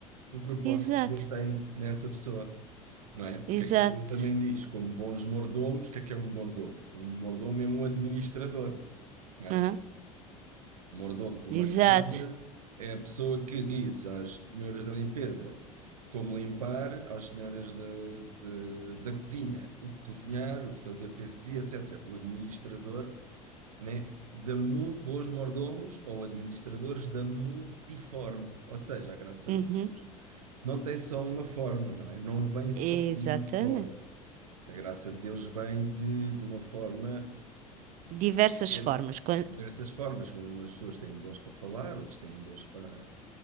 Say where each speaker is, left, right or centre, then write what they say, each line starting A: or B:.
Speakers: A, on the right; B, on the right.
A: o propósito
B: exato,
A: que Deus tem nessa pessoa não é? Porque
B: exato,
A: aquilo depois também diz, como bons mordomos, o que é que é um mordomo? Um mordomo é um administrador, não é?
B: Aham,
A: Mordomo de uma
B: exato.
A: casa é a pessoa que diz às senhoras da limpeza como limpar, às senhoras da, da, da cozinha, o que cozinhar, o que fazer para esse dia, etc. O administrador, né? Da mul- bons mordomos ou administradores da multiforme, ou seja, a graça
B: Uhum.
A: de Deus não tem só uma forma, não é? Não vem só
B: Exatamente.
A: de uma forma. A graça de Deus vem de, de uma forma
B: Diversas
A: diferente,
B: formas. Quan-
A: de diversas formas. Umas pessoas têm dons para falar, outras têm dons para,